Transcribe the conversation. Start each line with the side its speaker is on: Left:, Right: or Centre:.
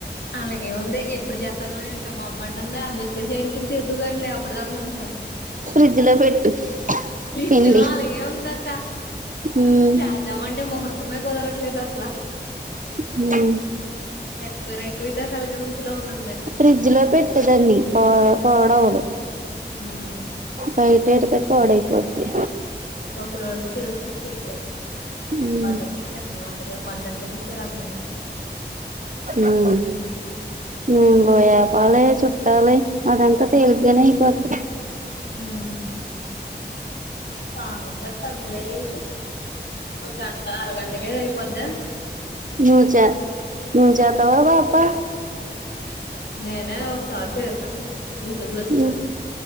Left: అలాగే ఉంది ఎప్పుడు చేత్తన్నావ్ ఎంటో మా అమ్మ అంటందే అంబేద్కర్ జయంతికి చేద్దువు గాలీలే అప్పుటి దాకా ఉంచు <inaudible>
Right: ఫ్రిజ్జు లో పెట్టు
Left: ఫ్రిజ్జు
Right: పిండి
Left: లో అలగే ఉందక్క
Right: ఉమ్
Left: చాద్దామంటే ముహుర్ తుమ్మయి కొదారట్లేదు అస్లా
Right: హుమ్
Left: ఎక్స్పైైర్ అయిపోయేదాక అలగే ఉంచేలా ఉన్నా
Right: ఫ్రిడ్జ లో పెట్టుదన్నీ పో పోడవుదు
Left: ఉమ్
Right: బయటే ఎడుతే పోడై పోద్ది
Left: ఒక రోజు చూసుకొని చెయ్యాలి
Right: ఉమ్
Left: బద్దకమెచ్చే వంటగా వంటంటేనే చిరాకు నాకు అసల
Right: మ్మ్ నేన్ బోయి ఆపాలే చుట్టాలే అదంతా తేలిగ్గానే ఐపోద్ది
Left: మ్మ్ పాగంబట్ అందులోయేసి ఒక గంట అరగంట కే ఐ పోద్దా
Right: నుచ నుచేతవా పాపా
Left: నేనే ఒక్సారి చేసాను యూటుబ్ లో చూసా
Right: ఉమ్